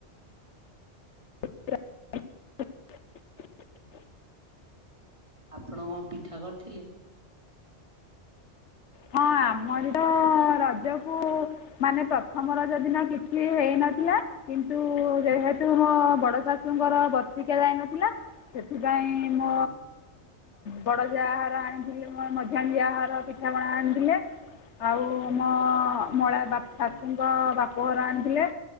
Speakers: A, on the left (about 80°); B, on the right (about 30°).
A: <unintelligible>
B: ଆପଣ କଣ ପିଠା କରିଥିଲେ।
A: ହଁ ଆମର ତ ରଜକୁ ମାନେ ପ୍ରଥମ ର ଯଦିିନ କିଛି ହେଇନଥିଲା। କିନ୍ତୁ ଯେହେତୁ ମୋ ବଡ ଶାଶୁଙ୍କର ବର୍ତିିକା ଯାଇନଥିଲା। ସେଥିପାଇଁ ମୁଁ
B: ହୁଁ।
A: ବଡ ଯାହାହାର ଆଣିଥିଲି ମଝିଆ ଯାହାହାର ପଠାବଣା ଆଣିେ ଆଉ ମୋ ମଳା ବାକୁ
B: ହୁଁ
A: ବାପଘର ଆଣିଥିଲେ।